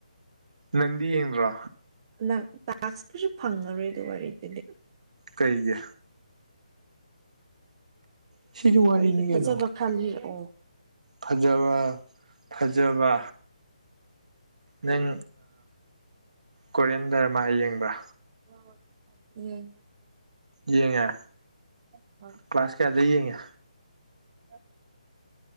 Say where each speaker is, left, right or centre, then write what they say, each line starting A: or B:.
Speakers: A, on the right (about 70°); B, on the right (about 35°).
A: ꯅꯪꯗꯤ ꯌꯦꯡꯗ꯭ꯔꯣ
B: ꯅꯪ ꯇꯥꯛꯁꯄꯨꯁꯨ ꯐꯪꯉꯔꯣꯏꯗ ꯋꯥꯔꯤꯗꯨꯗꯤ
A: ꯀꯩꯒꯤ ꯁꯤꯁꯨ ꯋꯥꯔꯤꯅꯤ
B: ꯍꯣꯏꯗꯤ
A: ꯀꯩꯅꯣ
B: ꯐꯖꯕ ꯈꯜꯂꯤꯔꯛꯑꯣ
A: ꯐꯖꯕ ꯐꯖꯕ ꯅꯪ ꯀꯦꯟ ꯗꯔꯃꯥ ꯌꯦꯡꯕ꯭ꯔꯥ
B: <unintelligible>
A: ꯌꯦꯡꯉ
B: ꯍꯣꯏ ꯍꯣꯏ
A: ꯀ꯭ꯂꯥꯁ ꯀꯌꯥ ꯂꯩꯩꯌꯦꯡꯒꯦ
B: <inaudible>